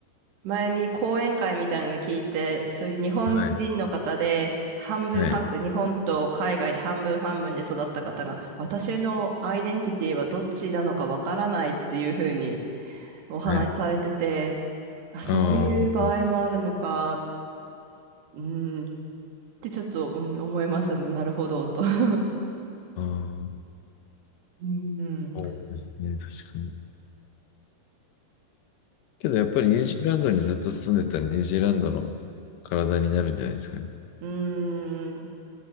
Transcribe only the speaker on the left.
はい。
はい。
はい。
あああの、
ああ
そうですね。確かに。けどやっぱりニュージーランドにずっと住んでたらニュージーランドの体になるんじゃないですかね。